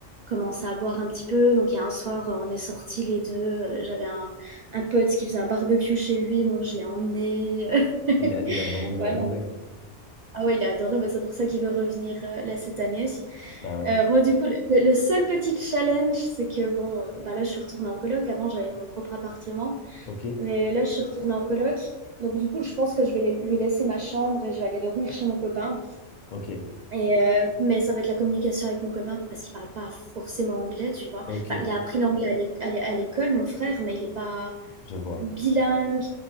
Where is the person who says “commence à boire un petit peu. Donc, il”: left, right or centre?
Right